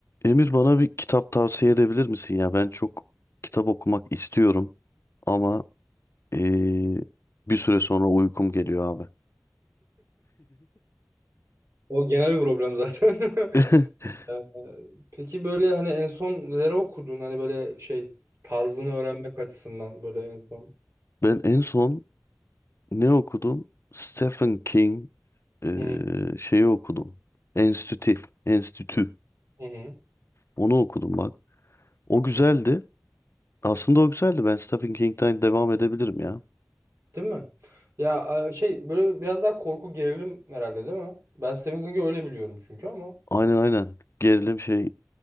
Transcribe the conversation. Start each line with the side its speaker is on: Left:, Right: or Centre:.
Left: Emir bana bir kitap tavsiye edebilir misin ya? Ben çok kitap okumak istiyorum ama eee, bir süre sonra uykum geliyor abi.
Right: O genel bir problem zaten. <laughs>
Left: <laughs>
Right: Ee, Peki böyle hani en son neleri okudun? Hani böyle şey tarzını öğrenmek açısından böyle en son.
Left: Ben en son ne okudum? Stephen King eee,
Right: Hı
Left: şeyi okudum. Enstitü. Enstitü.
Right: hı hı.
Left: Onu okudum bak. O
Right: hı.
Left: güzeldi. Aslında o güzeldi. Ben Stephen King'den devam edebilirim ya.
Right: Değil mi? Ya e, şey böyle biraz daha korku gerilim herhalde değil mi? Ben Stephen King'i öyle biliyorum çünkü ama.
Left: Aynen aynen. Gerilim şey